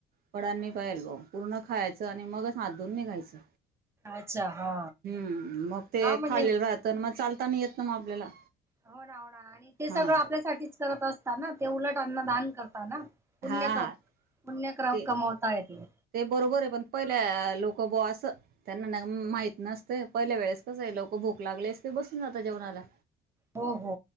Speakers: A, on the right (about 65°); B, on the right (about 15°).
A: पडानही पायलबो पूर्ण खायचं आणि मगच हात धून निघायचं
B: अच्छा हा
A: हूं म ते
B: हा म्हणजे
A: खाल्लेलं राहत तर म चाल ता येत ना मग आपल्याला
B: हो ना होणा आणि ते
A: हा
B: सगळं आपल्यासाठीच करत असता ना ते उलट अन्न दान करताना पुण्यक
A: हा
B: कोनी क्र
A: ते
B: कमावताय ते
A: बरोबर आहे पण पहिल्या लोक बो अस त्यांना ना माहित नसतं, पहिल्या वेळेस कसं हे लोक भूक लागली असंते बसून जातात जेवणाला.
B: हो हो!